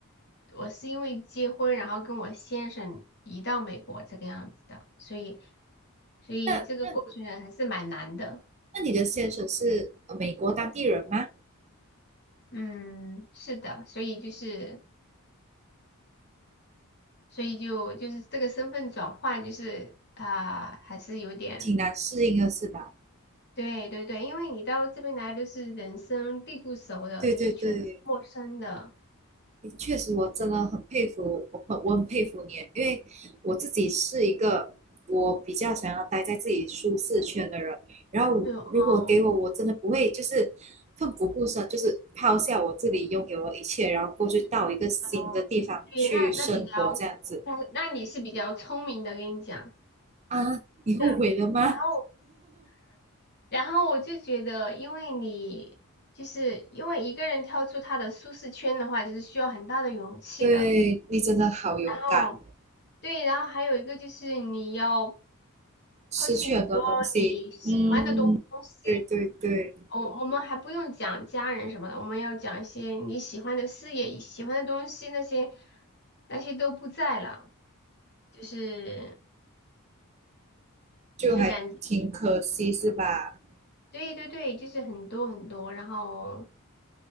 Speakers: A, on the left; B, on the right.
A: 我是因为结婚，然后跟我先生移到美国这个样子的，所以所以这个过程还是蛮难的。
B: 那那那你的先生是呃美国当地人吗？
A: 嗯，是的，所以就是，所以就就是这个身份转换，就是啊、还是有点，
B: 挺难适应的是吧？
A: 对对对，因为你到这边来都是人生地不熟的，
B: 对对对，
A: 就是全是陌生的，
B: 确实，我真的很佩服，我很我很佩服你，因为我自己是一个我比较想要待在自己舒适圈的人，然后我如果给我，
A: 就哦
B: 我真的不会就是奋不顾身，就是抛下我自己拥有的一切，然后过去到一个新的地方去生活这样子
A: 哦，对，那那比较，那那你是比较聪明的，跟你讲，
B: 啊？你后悔了吗？
A: 是的，然后然后我就觉得，因为你就是因为一个人跳出他的舒适圈的话，就是需要很大的勇气的，
B: <laughs> 对，你真的好勇敢。
A: 然后。对，然后还有一个就是你要
B: 失去很多东西。
A: 抛弃很多你喜欢的东西。
B: 嗯，对对对，
A: 我我们还不用讲家人什么的，我们要讲一些你喜欢的事业、喜欢的东西，那些那些都不在了，就是
B: 就还挺可惜，
A: 就是感觉，
B: 是吧？
A: 对对对，就是很多很多，然后